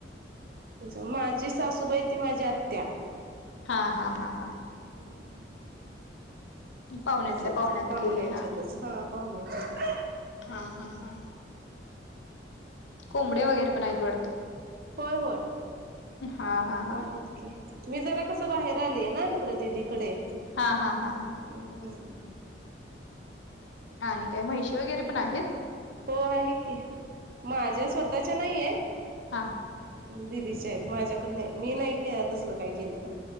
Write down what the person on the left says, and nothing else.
हा, हा, हा, हा.
पाहण्यातल्या
पाहण्यात
केले हा.
हा, हा, हा. कोंबडे वगैरे पण आहेत वाटतं.
हा हा हा..
हा हा हा हा..
आणि काय म्हैशी वगैरे पण आहेत.
हां.